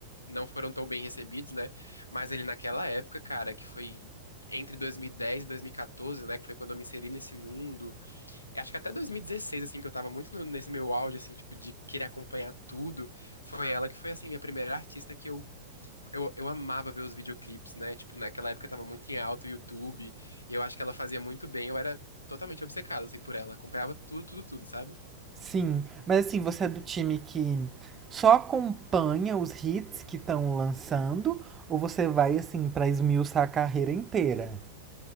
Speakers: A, on the left (about 80°); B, on the right (about 20°).
A: não foram tão bem recebidos, né? Mas ele naquela época, cara, que foi entre 2010 e 2014, né? Que foi quando eu me inseri nesse mundo. Eu acho que até 2016, assim, que eu tava muito no- nesse meu auge, assim, tipo, de querer acompanhar tudo. Foi ela que foi, assim, minha primeira artista que eu eu, eu amava ver os videoclipes, né? Tipo, naquela época tava muito em alta o YouTube, e eu acho que ela fazia muito bem, eu era totalmente obcecado, assim, por ela, acompanhava tudo, tudo, tudo, sabe?
B: Sim, mas assim, você é do time que só acompanha os hits que estão lançando ou você vai assim pra esmiuçar a carreira inteira?